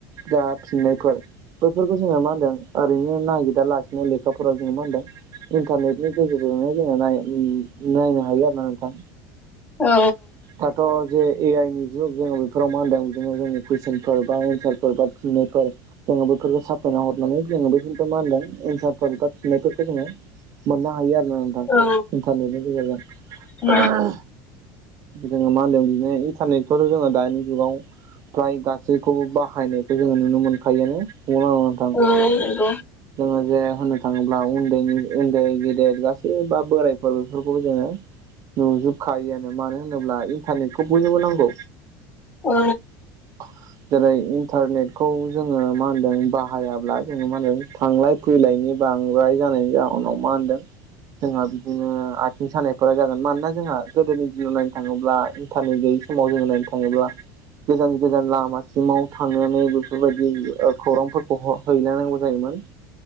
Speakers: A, on the right; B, on the left.
A: जा फिननायफोर बेफोरखौ जोङो मा होनदों ओरैनो नागिदा लासिनो लेखाफोराव जोङो मा होनदों इन्टारनेट नि गेजेरजोंनो जोङो नाय उम नायनो हायो आरोना नोंथां।
B: औ
A: दाथ' जे ए आइनि जुग जोङो बेफोराव मा होनदों बिदिनो जों कुइसनफोर बा एनसारफोर बा फिननायफोर जोङो बेफोरखौ साफायना हरनानै जोङो बेफोरखौ मा होनदों एन्सारफोर बा थिनायफोरखौ जोङो मोननो हायो आरोना नोंथां
B: औ
A: इन्टारनेटनि गेजेरजों।
B: नंगौ औ
A: जोङो मा होनदों बिदिनो इन्टारनेटखौथ' जोङो दानि जुगाव फ्राय गासैखौबो बाहायनायखौ जोङो नुनो मोनखायोआनो नंना नङा? नोंथां?
B: औ नोंगौ।
A: जोङो जे होननो थाङोब्ला उन्दैनि उन्दै गेदेर गासै बा बोरायफोर बेफोरखौबो जोङो नुजोबखायोआनो मानो होनोब्ला इन्टारनेटखौ बयनोबो नांगौ।
B: औ
A: <inaudible> जेरै इन्टारनेट खौ जोङो मा होनदों बाहायाब्ला जोङो मा होनो थांलाय फैलायनि बांद्राय जानायनि जा उनाव मा होनदों जोंहा बिदिनो आथिं सानायफोरा जागोन मानोना जोंहा गोदोनि दिनाव नायनो थाङोब्ला थारनेट गैयै समाव जों नायनो थाङोब्ला गोजान गोजान लामा सिमाव थांनानै बैफोरबायदि ओ खौरांफोरखौ हर हैलायनांगौ जायोमोन।